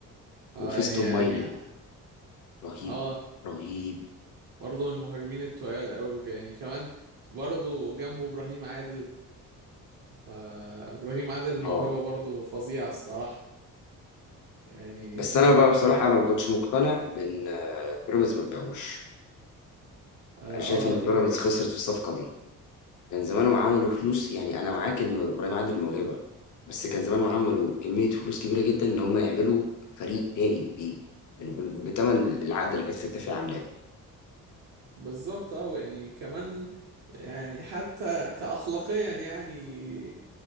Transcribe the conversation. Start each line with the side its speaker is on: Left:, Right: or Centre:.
Right: ف يعني
Left: وفيستون
Right: يعني
Left: مايلي رهيب،
Right: اه
Left: رهيب،
Right: برضه من المهاجمين التقال قوي يعني كمان برضه جنبه ابراهيم عادل فابراهيم عادل موهبة
Left: آه.
Right: برضه فظيعة الصراحة يعني
Left: بس
Right: اسمه
Left: أنا بقى
Right: ايه ده
Left: بصراحة أنا ما كنتش مقتنع بإن بيراميدز ما تبيعوش،
Right: اه,
Left: أنا شايف إن
Right: آه دي
Left: بيراميدز
Right: حقيقة
Left: خسرت في الصفقة دي. كان زمانهم عملوا فلوس يعني أنا معاك إن إبراهيم عادل موهبة بس كان زمانهم عملوا كمية فلوس كبيرة جدا إن هم يعملوا فريق تاني بيه بتمن العقد اللي كانت ستة فيه عاملاه
Right: بالظبط اه يعني كمان يعني حتى كأخلاقيا يعني